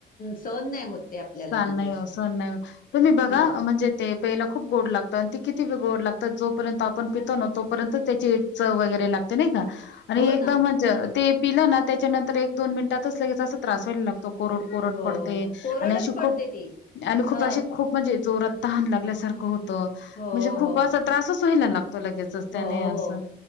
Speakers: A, on the left (about 45°); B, on the left (about 65°).
A: सहन नाही होत. ते आपल्याला
B: सहन
A: म्हणजे
B: नाही
A: असं
B: हो सहन नाही हो. तुम्ही बघा
A: हो
B: म्हणजे, ते प्यायला खूप गोड लागतो. आणि ती किती बी गोड लागतात. जो पर्यंत आपण पितो ना, तो पर्यंत त्याची इ चव वगैरे लागते नाही का, आणि
A: हो ना
B: एकदम च ते पिलं ना त्याच्या नंतर, एक दोन मिनिटातच लगेच असं त्रास व्हायला लागतो. तो कोरड कोरड
A: हो
B: पडते.
A: हो. कोरडच
B: आणि अशी
A: पडते
B: खूप
A: ती
B: आणि खूप
A: ह
B: असे खूप म्हणजे जोरात तहान लागल्यासारखं होतं.
A: हो
B: म्हणजे खूप
A: हो
B: असा त्रासच व्हायला लागतो लगेचच त्याने
A: हो
B: असं
A: हो